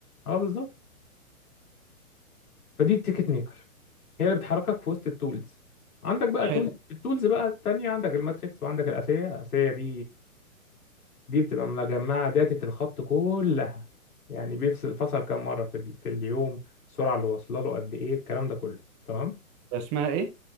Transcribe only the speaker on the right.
حلو
اسمها ايه